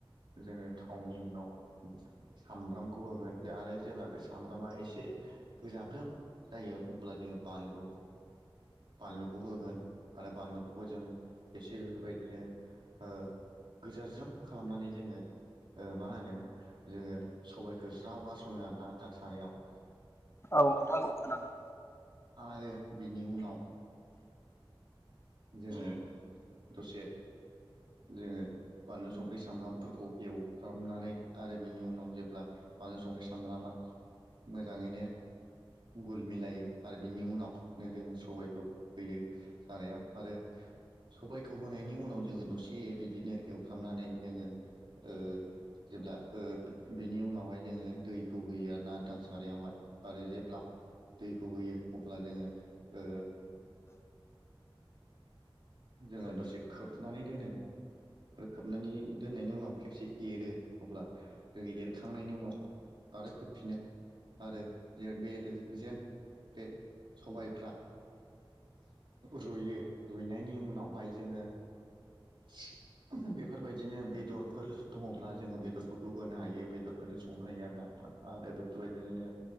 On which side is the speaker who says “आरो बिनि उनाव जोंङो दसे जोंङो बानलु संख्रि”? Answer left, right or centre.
Right